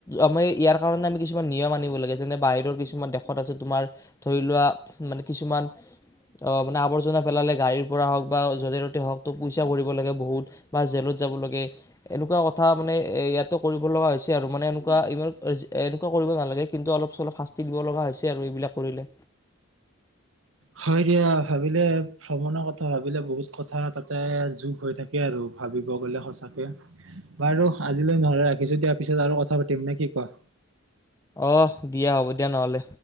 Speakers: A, on the left; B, on the right.
A: আমাৰ ইয়াৰ কাৰণে আমি কিছুমান নিয়ম আনিব লাগে যেনে বাহিৰৰ কিছুমান দেশ তাৰপিছত তোমাৰ ধৰি লোৱা মানে কিছুমান অ', মানে আৱৰ্জনা পেলালে গাড়ীৰ পৰা হওক বা যতে- ততে হওঁক পইচা ভৰিব লাগে বহুত বা জেলত যাব লাগে এনেকুৱা কথা মানে এ', ইয়াতো কৰিব লগা হৈছে আৰু মানে এনেকুৱা ইমান এনেকুৱা কৰিব নালাগে কিন্তু অলপ- চলপ শাস্তি দিব লগা হৈছে। আৰু এইবিলাক কৰিলে,
B: হয় দিয়া ভাবিলে ভ্ৰমণৰ কথা ভাবিলে বহুত কথা তাতে যোগ হৈ থাকে আৰু ভাবিব গলে সঁচাকে বাৰু আজিলৈ নহলে ৰাখিছো দিয়াৰ পিছত আৰু কথা পাতিম নে কি কোৱা।
A: অহ দিয়া হ'ব দিয়া নহলে।